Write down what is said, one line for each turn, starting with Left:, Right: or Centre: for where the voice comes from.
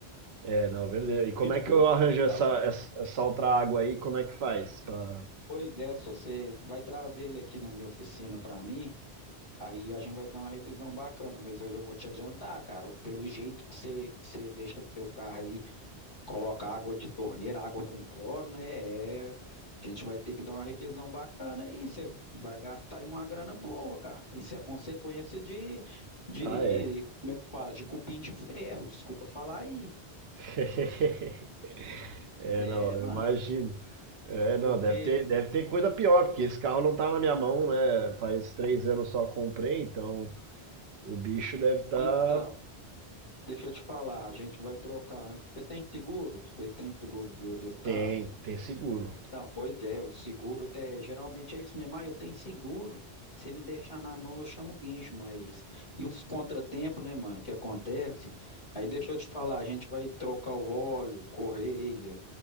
Right: É, não, verdadeiro. E como
Left: Desculpa,
Right: é que eu arranjo
Left: assim,
Right: essa, essa, essa outra água aí? Como é que faz? pra-
Left: Pois é, se você vai trazer ele aqui na minha oficina para mim, aí a gente vai dar uma revisão bacana, mas eu já vou te adiantar, cara, pelo jeito que você, você deixa seu carro aí, coloca água de torneira, água com cloro, né? É, a gente vai ter que dar uma revisão bacana aí, você vai gastar aí uma grana boa, cara. Isso é consequência de, de,
Right: Ah, é.
Left: como é que fala? De cupim de ferro, desculpa falar aí.
Right: <laughs> É,
Left: É,
Right: não,
Left: mano,
Right: eu imagino. É, não,
Left: porque,
Right: deve ter, deve ter coisa pior, porque esse carro não tá na minha mão, né? Faz três anos só comprei, então o bicho deve estar.
Left: então.
Right: Tá...
Left: Deixa eu te falar, a gente vai trocar antes. Você tem seguro? Você tem seguro do- desse carro?
Right: Tem, tem seguro.
Left: Não, pois é, o seguro até, geralmente é isso mesmo. Ah, eu tenho seguro. Se me deixar na mão, eu chamo o guincho, mas. E os contratempos, né, mano, que acontece? Aí deixa eu te falar, a gente vai trocar o óleo, correia,